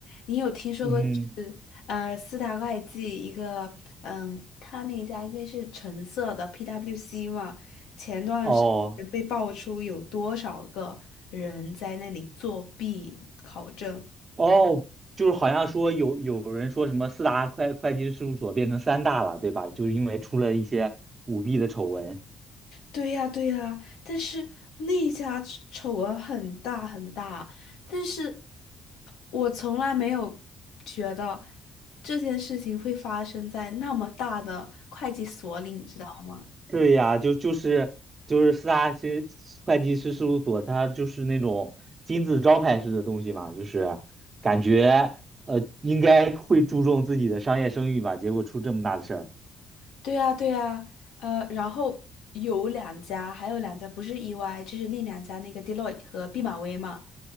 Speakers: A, on the left (about 80°); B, on the right (about 30°).
A: 你有听说过就是呃四大会计一个嗯，
B: 嗯，
A: 他那一家应该是橙色的 PwC 嘛？前段时间被爆出有多少个人在那里作弊考证。
B: 哦，哦，就是好像说有有人说什么四大会会计师事务所变成三大了，对吧？就是因为出了一些舞弊的丑闻。
A: 对呀，对呀，但是那一家丑丑闻很大很大，但是我从来没有觉得这件事情会发生在那么大的会计所里，你知道吗？
B: 对呀，就就是就是四大其实会计师事务所，它就是那种金字招牌式的东西嘛，就是感觉呃应该会注重自己的商业声誉吧，结果出这么大的事儿。
A: 对呀，对呀，呃，然后有两家，还有两家不是 EY，就是另两家那个 Deloitte 和毕马威嘛，